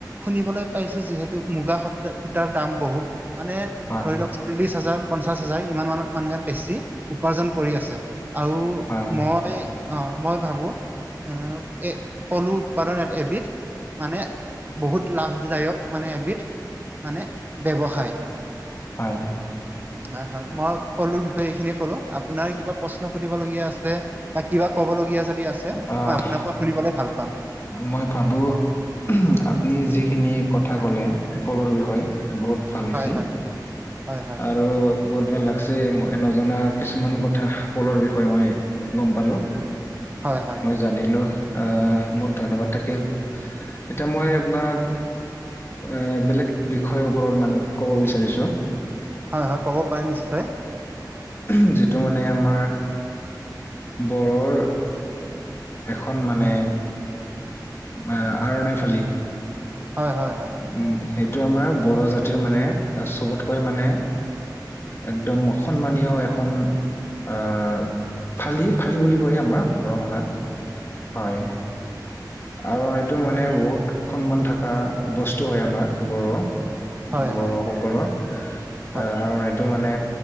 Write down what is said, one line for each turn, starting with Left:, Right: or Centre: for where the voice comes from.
Right: শুনিবলৈ পাইছো যিহেতু মুগা সূ সূতাৰ দাম বহুত মানে
Left: হয়
Right: ধৰি লওক চল্লিশ হাজাৰ, পঞ্চাশ হাজাৰ, ইমান মানত মানুহে বেছি উপাৰ্জন কৰি আছে। আৰু
Left: হয়
Right: মই অ মই ভাবো এ এ পলু উৎপাদন এ এবিধ মানে বহুত লাভদায়ক মানে এবিধ মানে ব্যৱসায়।
Left: হয়।
Right: হয় হয় মই পলুৰ বিষয়ে এইখিনিয়ে ক'লো। আপোনাৰ কিবা প্ৰশ্ন সুধিবলগীয়া আছে বা কিবা ক'ব লগীয়া যদি আছে মই
Left: আহ
Right: আপোনাৰ পৰা সুনিবলে ভাল পাম,
Left: মই ভাবোঁ, ওম আপুনি যিখিনি কথা ক'লে পলুৰ বিষয়ে বহুত, ভাল হৈছে
Right: হয় হয় হয় হয়
Left: আৰু বহুত ভাল লাগছে মই নজনা কিছুমান কথা পলুৰ বিষয়ে মই গম পালোঁ,
Right: হয় হয়।
Left: জানিলোঁ আ বহুত ধন্যবাদ থাকিল। এতিয়া মই আপোনাক এ বেলেগ বিষয়ৰ ওপৰত মানে কব বিচাৰিছো।
Right: হয় হয় ক'ব পাৰে নিশ্চয়
Left: এই যিটো মানে আমাৰ বড়োৰ এখন মানে, আ আৰণাই ফালি।
Right: হয় হয় হয়।
Left: উ সেইটো আমাৰ বড়ো জাতিৰ মানে চবতকৈ মানে, একদম সন্মানীয় এখন, আফালি ফালি বুলি কয় আমাৰ বড়ো ভাষাত হয়। আৰু এইটো মানে বহুত সন্মান থকা বস্তু হয় আমাৰ বড়োৰ,
Right: হয়
Left: বড়ো
Right: হয়
Left: সকলৰ।
Right: হয়
Left: আহ
Right: হয়
Left: এইটো মানে